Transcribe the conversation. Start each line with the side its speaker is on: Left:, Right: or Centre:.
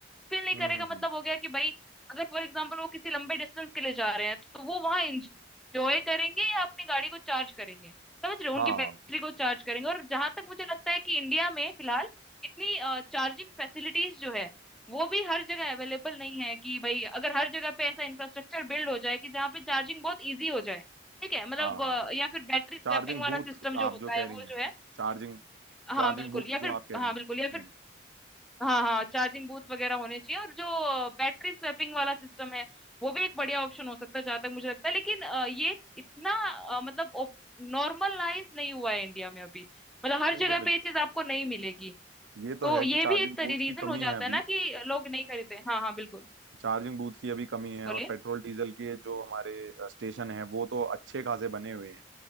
Centre: फील नहीं
Right: हम्म
Centre: करेगा
Right: हम्म,
Centre: मतलब हो गया कि भाई अगर फॉर एग्जाम्पल वो किसी लंबे डिस्टेंस के लिए जा रहे हैं तो वो वहां एंजॉय करेंगे या अपनी गाड़ी को चार्ज करेंगे समझ रहे हो उनकी
Right: हाँ
Centre: बैटरी को चार्ज करेंगे और जहां तक मुझे लगता है कि इंडिया में फिलहाल इतनी चार्जिंग फैसिलिटीज जो है वो भी हर जगह अवेलेबल नहीं है कि भाई अगर हर जगह पे ऐसा इंफ्रास्ट्रक्चर बिल्ड हो जाए कि जहाँ पे चार्जिंग बहुत इजी हो जाए ठीक है मतलब
Right: हाँ
Centre: अ, या फिर बैटरी स्वैपिंग
Right: चार्जिंग
Centre: वाला
Right: बूथ
Centre: सिस्टम जो
Right: आप
Centre: होता
Right: जो कह
Centre: है वो
Right: रही हैं
Centre: जो है
Right: चार्जिंग
Centre: हाँ
Right: चार्जिंग
Centre: बिल्कुल
Right: बूथ
Centre: या
Right: जो
Centre: फिर
Right: आप कह
Centre: हाँ
Right: रही
Centre: बिल्कुल
Right: हैं हम्म
Centre: या फिर हाँ हाँ चार्जिंग बूथ वगैरह होने चाहिए और जो बैटरी स्वैपिंग वाला सिस्टम है वो भी एक बढ़िया ऑप्शन हो सकता है जहां तक मुझे लगता है लेकिन अ, ये इतना अ, मतलब नॉर्मलाइज नहीं हुआ है इंडिया में अभी मतलब हर
Right: बिल्कुल
Centre: जगह
Right: बिल्कुल
Centre: पे ये चीज आपको नहीं मिलेगी
Right: ये
Centre: तो
Right: तो है
Centre: ये
Right: कि चार्जिंग
Centre: भी एक
Right: बूथ
Centre: रीजन
Right: की कमी
Centre: हो जाता
Right: है अभी
Centre: है ना कि लोग नहीं खरीदते हाँ हाँ बिल्कुल
Right: चार्जिंग बूथ की अभी कमी है
Centre: बोलिए
Right: और पेट्रोल डीजल के जो हमारे अ, स्टेशन हैं वो तो अच्छे खासे बने हुए हैं